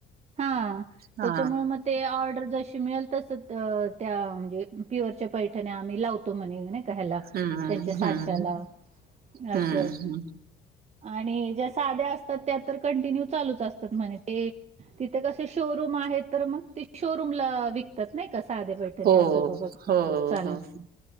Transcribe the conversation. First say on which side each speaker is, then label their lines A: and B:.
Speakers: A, on the right (about 40°); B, on the right (about 65°).
A: हा
B: हा
A: त्याच्यामुळे मग ते ऑर्डर जशी मिळेल तसं तर त्या म्हणजे प्युअरच्या पैठण्या आम्ही लावतो म्हणे, नाई ह्याला,
B: हम्म
A: त्यांच्या साच्याला,
B: हम्म
A: असं
B: हम्म हम्म
A: आणि ज्या साध्या असतात, त्या तर कंटिन्यू चालूच असतात. सत म्हणे तें, तिथे कसे शोरूम आहेत, तर मग तें शोरूम ला वीक तात नही का, साधे बैठणी,
B: हो
A: असं बाबा
B: हो
A: चालणार
B: हो